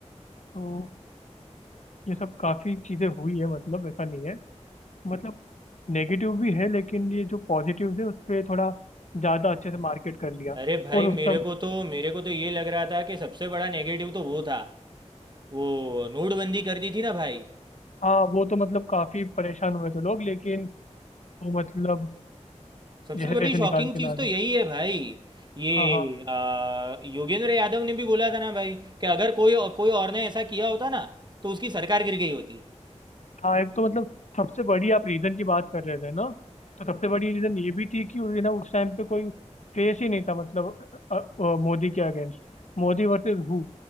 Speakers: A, on the left; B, on the right.
A: तो ये सब काफी चीजें हुई है मतलब ऐसा नहीं है मतलब नेगेटिव भी है लेकिन ये जो पॉजिटिव है उस पर थोड़ा ज्यादा अच्छे से मार्केट कर लिया
B: अरे भाई
A: और
B: मेरे
A: उस सब
B: को तो मेरे को तो ये लग रहा था कि सबसे बड़ा नेगेटिव तो वो था वो नोटबंदी कर दी थी ना भाई
A: हाँ वो तो मतलब काफी परेशान हुए थे लोग लेकिन वो मतलब
B: सबसे
A: जैसे
B: बड़ी
A: तैसे
B: शॉकिंग
A: निकाल के
B: चीज़
A: ला दी
B: तो यही है भाई ये
A: हाँ हाँ
B: आ, योगेंद्र यादव ने भी बोला था ना भाई कि अगर कोई कोई और ने ऐसा किया होता ना तो उसकी सरकार गिर गई होती
A: हाँ एक तो मतलब सबसे बड़ी आप रीजन की बात कर रहे थे ना तो सबसे बड़ी रीजन ये भी थी कि उस- ना उस टाइम पे कोई फेस ही नहीं था मतलब अ, अ, मोदी के अगेंस्ट मोदी वर्सेस हु